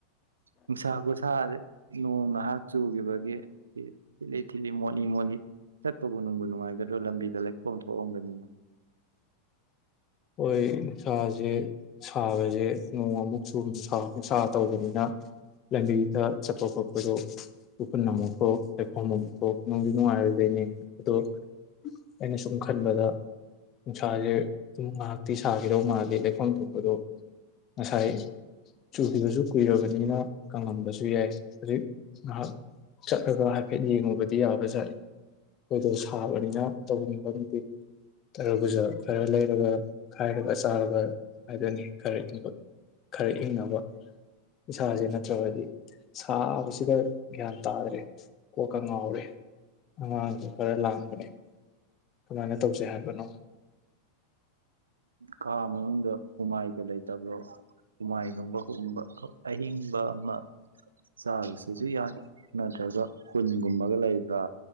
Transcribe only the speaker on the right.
ꯅꯨꯪꯁꯥ ꯈꯨꯠꯁꯥꯗꯤ ꯅꯣꯡ ꯉꯥꯏꯍꯥꯛ ꯆꯨꯈꯤꯕꯒꯤ ꯊꯤꯠꯂꯤ ꯊꯤꯠꯂꯤ ꯃꯣꯠꯂꯤ ꯃꯣꯠꯂꯤ ꯆꯠꯄꯕꯨ ꯅꯨꯡꯕꯨ ꯅꯨꯡꯉꯥꯏꯒꯗ꯭ꯔꯣ ꯂꯝꯕꯤꯗ ꯂꯩꯈꯣꯝ ꯊꯣꯛꯑꯝꯒꯅꯤꯅꯦ
ꯈꯥ ꯃꯅꯨꯡꯗ ꯍꯨꯃꯥꯏꯒ ꯂꯩ ꯇꯥꯕꯔꯣ ꯍꯨꯃꯥꯏ <unintelligible> ꯑꯍꯤꯡ ꯑꯃ <unintelligible> ꯌꯥꯅꯤ ꯅꯠꯇ꯭ꯔꯒ ꯀꯨꯟꯒꯨꯝꯕꯒ ꯂꯩꯕ꯭ꯔꯥ